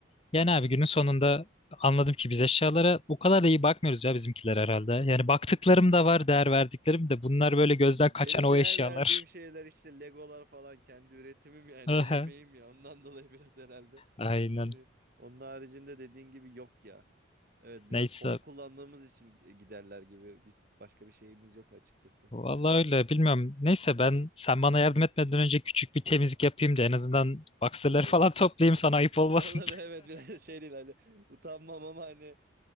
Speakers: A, on the left; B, on the right.
A: Yani abi günün sonunda anladım ki biz eşyalara o kadar da iyi bakmıyoruz ya bizimkiler herhalde. Yani baktıklarım da var, değer verdiklerim de bunlar böyle gözden
B: Benim
A: kaçan o
B: değer
A: eşyalar.
B: verdiğim şeyler işte Legolar falan kendi üretimim yani
A: <laughs> Aha.
B: el emeğim ya ondan <laughs> dolayı biraz herhalde.
A: Aynen.
B: Hani onun haricinde dediğin gibi yok ya. Evet biraz
A: Neyse.
B: hor kullandığımız için giderler gibi biz başka bir şeyimiz yok açıkçası.
A: Vallahi öyle bilmiyorum. Neyse ben sen bana yardım etmeden önce küçük bir temizlik yapayım da en azından boxerları
B: Olur olur.
A: falan <laughs> toplayayım
B: <laughs>
A: sana ayıp olmasın.
B: Olur evet biraz şey değil hani utanmam ama hani